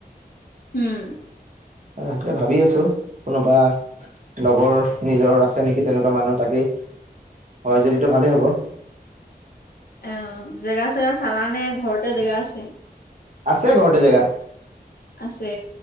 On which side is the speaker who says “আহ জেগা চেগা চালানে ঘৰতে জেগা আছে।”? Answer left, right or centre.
Left